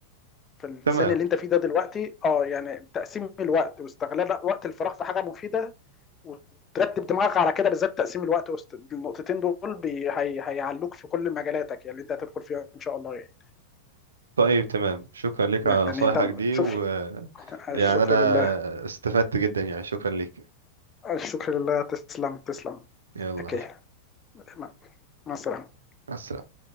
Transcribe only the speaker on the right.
تمام
طيب تمام شكرا لك
على نصايحك
دي
و يعني
انا
استفدت جدا يعني شكرا لك
يلا
مع السلامة